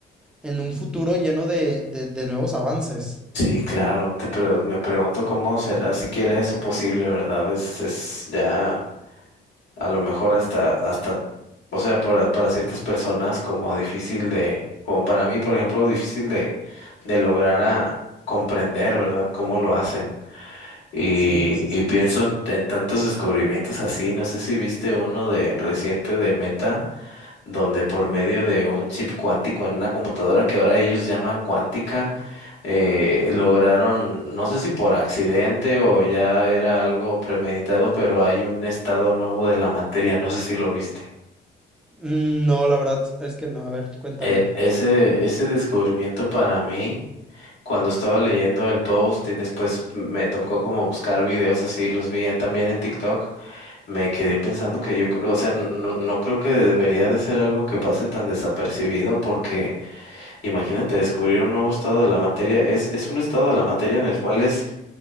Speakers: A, in the centre; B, on the left.
A: en un futuro lleno de, de de nuevos avances.
B: Sí, claro. Te pre- me pregunto cómo será siquiera eso posible, ¿verdad? Es, es ya a lo mejor hasta, hasta, o sea, para, para ciertas personas como difícil de, como para mí, por ejemplo, difícil de, de lograr a comprender, ¿verdad? Cómo lo hacen. Y,
A: Sí, sí,
B: y
A: sí.
B: pienso en, en tantos descubrimientos así, no sé si viste uno de reciente de Meta, donde por medio de un chip cuántico en una computadora que ahora ellos llaman cuántica, eh, lograron, no sé si por accidente o ya era algo premeditado, pero hay un estado nuevo de la materia, no sé si lo viste.
A: Mm, No, la verdad es que no. A ver, cuéntame.
B: E- ese, ese descubrimiento para mí, cuando estaba leyendo el post y después me tocó como buscar videos así, los vi también en TikTok. Me quedé pensando que yo creo, o sea, no, no creo que debería de ser algo que pase tan desapercibido porque imagínate descubrir un nuevo estado de la materia, es, es un estado de la materia en el cual es,